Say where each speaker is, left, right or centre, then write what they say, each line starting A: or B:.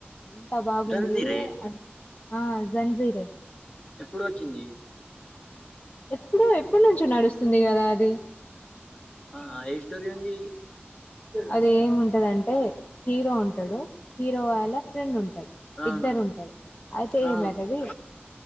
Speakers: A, on the left (about 40°); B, on the left (about 20°).
A: ఎంత బాగుంది
B: రంజీరే
A: అం ఆ జంజీరే
B: ఎప్పుడు వచ్చింది
A: ఎప్పుడో ఎప్పుడ్నుంచో నడుస్తుంది గదా అది <inaudible>
B: ఆ ఏ స్టోరీ ఉంది
A: అది ఏముంటదంటే హీరో ఉంటాడు హీరో వాళ్ళ ఫ్రెండ్ ఉంటారు
B: అవును
A: ఇద్దరు ఉంటారు అయితే
B: ఆ
A: ఏమయితది